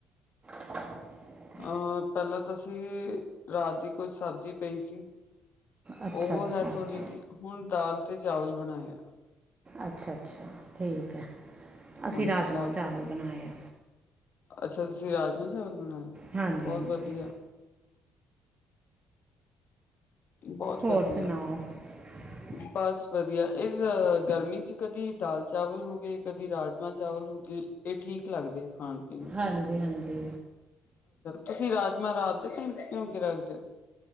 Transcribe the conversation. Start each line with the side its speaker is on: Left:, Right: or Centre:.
Right: <unintelligible>
Left: ਅਹ ਪਹਿਲਾਂ ਤਾਂ ਅਸੀਂ ਰਾਤ ਦੀ ਕੁਝ ਸਬਜ਼ੀ ਪਈ ਸੀ।
Right: ਅੱਛਾ
Left: ਉਹ
Right: ਅੱਛਾ ਅੱਛਾ
Left: ਹੈ ਥੋੜ੍ਹੀ ਜਿ ਹੁਣ ਦਾਲ ਤੇ ਚਾਵਲ ਬਣਾਇਆ।
Right: ਅੱਛਾ- ਅੱਛਾ ਠੀਕ ਹੈ ਅਸੀਂ
Left: ਹਾਂਜੀ
Right: ਰਾਜਮਾਂ
Left: ਦਾਲ
Right: ਚਾਵਲ ਬਣਾਏ ਆ।
Left: ਅੱਛਾ ਤੁਸੀਂ ਰਾਜਮਾਂਹ ਚਾਵਲ ਬਣਾਏ ਆ
Right: ਹਾਂਜੀ
Left: ਬਹੁਤ
Right: ਹਾਂਜੀ
Left: ਵਧੀਆ। ਬਹੁਤ
Right: ਹੋਰ
Left: ਵਧੀਆ।
Right: ਸੁਣਾਓ <inaudible>
Left: ਬਸ ਵਧੀਆ ਇਹ ਗਰਮੀ ਚ ਕਦੀ ਦਾਲ ਚਾਵਲ ਹੋ ਗਏ ਕਦੀ ਰਾਜਮਾਂ ਚਾਵਲ ਹੋ ਗਏ। ਇਹ ਠੀਕ ਲੱਗਦੇ ਆ ਖਾਣ ਪੀਣ ਨੂੰ।
Right: ਹਾਂਜੀ -ਹਾਂਜੀ।
Left: ਤੁਸੀਂ ਰਾਜਮਾਂਹ ਰਾਤਦੇ ਭਿਉਂ ਕੇ ਰੱਖਦੇ ਹੋ।